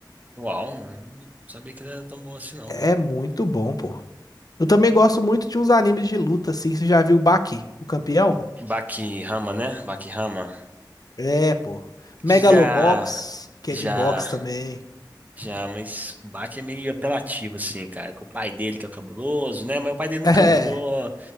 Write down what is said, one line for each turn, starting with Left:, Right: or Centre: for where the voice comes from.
Right: Uau, não sabia que ele era tão bom assim, não,
Left: É
Right: cara.
Left: muito bom, pô. Eu também gosto muito de uns animes de luta, assim. Você já viu o Baki, o campeão?
Right: Bakirama, né? Bakirama.
Left: É, pô. Megalobox,
Right: Já.
Left: que
Right: Já.
Left: é de boxe também. <laughs>
Right: Já, mas o Bach é meio apelativo, assim, cara. Com o pai dele, que é o cabuloso, né? Mas o pai dele
Left: É.
Right: nunca lutou.